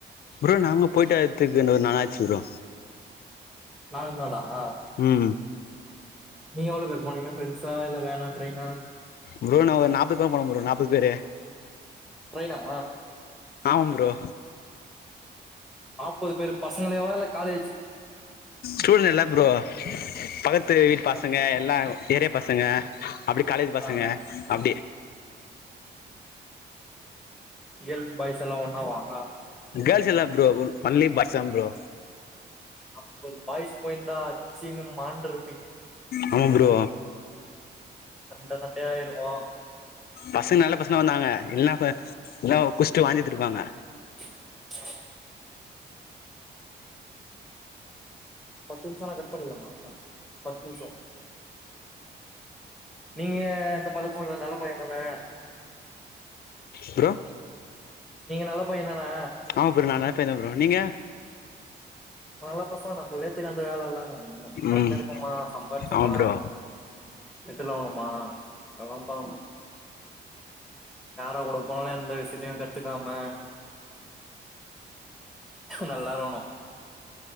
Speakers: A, on the left (about 55°); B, in the centre.
A: ப்ரோ நாங்க போயிட்டு வரதுக்கு இந்த ஒரு நாளாச்சு ப்ரோ
B: நாலு நாளா அ
A: ம்
B: நீங்க எவ்ளோ பேரு போனீங்க ஃப்ரெண்ட்ஸா இல்ல வேனா ட்ரெயினா
A: ப்ரோ நா ஒரு நாப்பது தா போட போறேன் நாப்பது பேரு
B: ட்ரெயினா
A: ஆமம் ப்ரோ
B: நாப்பது பேரு பசங்களேவா இல்ல காலே
A: சூழ்நில ப்ரோ பக்கத்து வீட் பசங்க
B: ஆ
A: எல்லா ஏரியா பசங்க அப்டி காலேஜ் பசங்க
B: ஆ
A: அப்டி
B: இயல் பாய்ஸ் எல்லா ஒன்னா வாங்க
A: கேர்ள்ஸ் இல்ல ப்ரோ ஒண்லி பாய்ஸ் தான் ப்ரோ
B: அ ஒரு பாய்ஸ் போயிருந்தா அச்சினு மாண்ட்ரு
A: ஆமா ப்ரோ
B: சண்ட சண்டையாயிருவோம்
A: பசங்க நல்ல பசங்க வந்தாங்க இல்ன்னா இல்னா குஷ்ட்டு வாந்தி எத்ருப்பாங்க
B: ஆஹ பத்து நிம்சம் ஆனா கட் பண்ணிலாமா பத்து நிம்சம் நீங்க எந்த பழக்கோ இல்ல நல்ல பையன் தான
A: ப்ரோ
B: நல்ல பையன் தானே
A: ஆமா ப்ரோ நான் நல்ல பையன் தான் ப்ரோ நீங்க
B: நல்ல பசங்க நம்பலுக்கே தெரியும் அந்த வேலல்லாம் நம் பாட்னு
A: ம்
B: இருக்கமா சம்பார்ச்சமா
A: ஆமா ப்ரோ
B: செட்டுலாவ்ன்னும் ஆ அதான்பா யாரோ கூட போ எந்த விஷத்தையும் கத்துக்காம நல்லா இருணும்